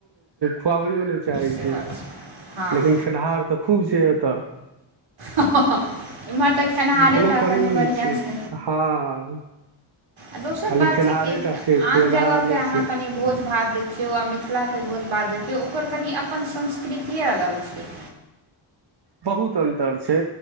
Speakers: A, on the right; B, on the right.
A: खुआबै नहि चाहै
B: से
A: छै
B: बात छै हँ
A: लेकिन खेनिहार तऽ खूब छै एतऽ
B: एमहर तऽ खेनिहारे
A: कोनो
B: टा
A: कमी
B: कनि बढ़िआँ
A: नहि
B: छै
A: हँ
B: आ दोसर
A: खाली
B: बात
A: खेनिहारे
B: छै कि
A: टा छै
B: आन
A: खुएनिहार
B: जगहके
A: नहि
B: अहाँ
A: छै
B: कनि भोज भात देखियौ आ मिथिला भोज बाद देखियौ ओकर कनि अपन संस्कृतिए अलग छै
A: बहुत अन्तर छै